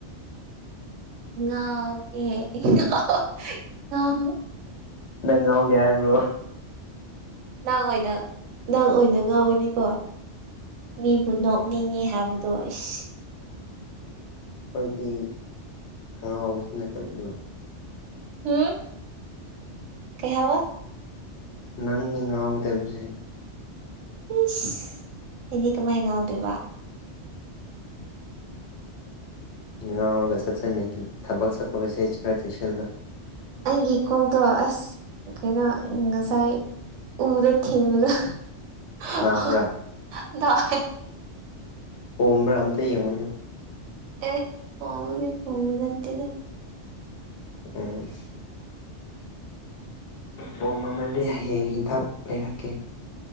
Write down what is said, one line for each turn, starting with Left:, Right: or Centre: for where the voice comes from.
Right: ꯉꯥꯎꯒꯦ <unintelligible> ꯉꯥꯎ
Left: ꯅꯪ ꯉꯥꯎꯒꯦ ꯍꯥꯏꯕ꯭ꯔꯣ
Right: ꯅꯪ ꯑꯣꯏꯅ ꯅꯪ ꯑꯣꯏꯅ ꯉꯥꯎꯒꯅꯤꯀꯣ ꯃꯤꯕꯨ ꯅꯣꯛꯅꯤꯡꯉꯤ ꯍꯥꯏꯕ ꯇꯣ ꯏꯁ
Left: ꯑꯩꯈꯣꯏꯗꯤ ꯑꯉꯥꯎꯕꯁꯨ ꯅꯠꯇꯗꯨꯕꯨ
Right: ꯎꯝ ꯀꯩ ꯍꯥꯏꯕ
Left: ꯅꯪꯅꯦ ꯉꯥꯎꯒꯗꯕꯁꯦ
Right: ꯏꯁ ꯑꯩꯗꯤ ꯀꯃꯥꯏ ꯉꯥꯎꯗꯣꯏꯕ
Left: ꯉꯥꯎꯔꯒ ꯆꯠꯆꯅꯤ ꯊꯕꯛ ꯆꯠꯄꯒꯁꯦ ꯈꯔ ꯆꯦꯛꯁꯤꯜꯂꯣ
Right: ꯑꯩꯒꯤꯀꯣꯛꯗꯣ ꯑꯁ ꯀꯩꯅꯣ ꯉꯁꯥꯏ ꯎꯗ ꯊꯤꯕꯗꯨ <unintelligible>
Left: ꯅꯥꯕ꯭ꯔꯥ
Right: ꯅꯥꯏ
Left: ꯄꯣꯝꯕ꯭ꯔꯥ ꯑꯝꯇ ꯌꯦꯡꯉꯨꯅꯦ
Right: ꯑꯦ ꯐꯕꯅꯦ ꯄꯣꯝꯕ ꯅꯠꯇꯦꯗ
Left: ꯎꯝ ꯄꯣꯝꯃꯝꯃꯥꯗꯤꯗꯤ ꯍꯌꯦꯡ ꯍꯤꯗꯥꯛ ꯂꯩꯔꯛꯀꯦ